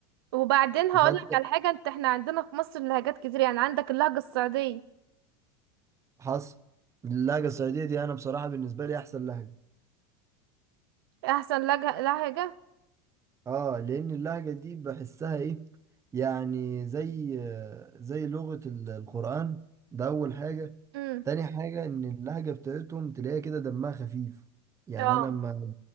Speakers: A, on the right (about 70°); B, on the right (about 25°).
A: وبعدين هقولك
B: فتلاقي
A: على حاجة انت احنا عندنا في مصر لهجات كتير يعني عندك اللهجة الصعيدية
B: حصل اللهجه الصعيديه دي انا بصراحه بالنسبه لي احسن لهجه
A: احسن لهجة لهجة
B: اه لان اللهجه دي بحسها ايه يعني زي زي لغه ال- القران ده اول حاجه
A: امم
B: تاني حاجه ان اللهجه بتاعتهم تلاقيها كده دمها خفيف يعني
A: اه
B: انا